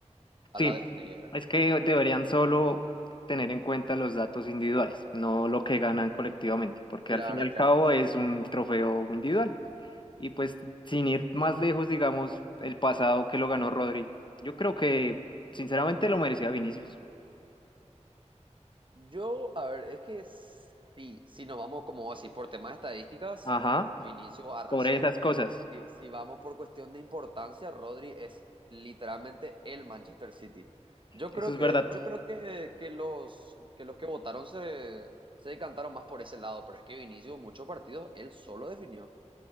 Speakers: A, on the right; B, on the left.
A: a
B: sí,
A: la de Snyder.
B: es que deberían solo tener en cuenta los datos individuales, no lo que ganan colectivamente, porque
A: Claro,
B: al fin y al
A: claro.
B: cabo es un trofeo individual. Y pues sin ir más lejos, digamos, el pasado que lo ganó Rodri, yo creo que sinceramente lo merecía Vinicius.
A: Yo, a ver, es que sí, si nos vamos como así por temas de estadísticas,
B: Ajá,
A: Vinicius arrasó.
B: por esas cosas.
A: Y si vamos por cuestión de importancia, Rodri es literalmente el Manchester City. Yo
B: Eso
A: creo
B: es
A: que,
B: verdad.
A: yo creo que, que los, que los que votaron se, se decantaron más por ese lado, pero es que Vinicius muchos partidos él solo definió.